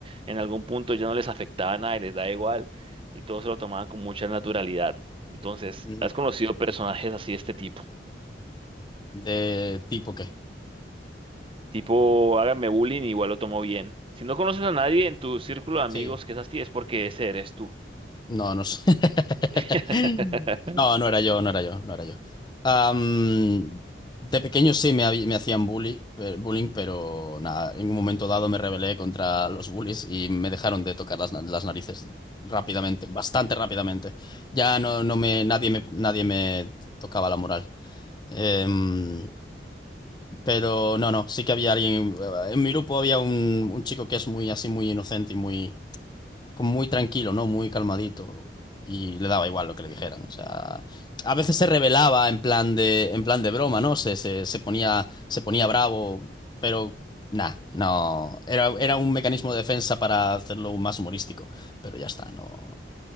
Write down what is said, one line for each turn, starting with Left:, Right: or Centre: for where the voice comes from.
Right: en algún punto ya no les afectaba nada y les da igual y todos se lo tomaban con mucha naturalidad. Entonces,
Left: Ujú.
Right: ¿has conocido personajes así de este tipo?
Left: ¿De tipo qué?
Right: Tipo, háganme bullying, igual lo tomo bien. Si no conoces a nadie en tu círculo de amigos
Left: Sí.
Right: que es así, es porque ese eres tú.
Left: No, no sé. <laughs>
Right: <laughs>
Left: No, no era yo, no era yo, no era yo. Am, de pequeño sí me, habi- me hacían bully, pe- bullying, pero nada, en un momento dado me rebelé contra los bullies y me dejaron de tocar las, na- las narices rápidamente, bastante rápidamente. Ya no, no me, nadie me, nadie me tocaba la moral. Em, Pero no, no, sí que había alguien. eh, En mi grupo había un, un chico que es muy así, muy inocente y muy, como muy tranquilo, ¿no? Muy calmadito. Y le daba igual lo que le dijeran. O sea, a veces se rebelaba en plan de, en plan de broma, ¿no? Se, se, se ponía, se ponía bravo, pero nada, no. Era, era un mecanismo de defensa para hacerlo más humorístico. Pero ya está, no.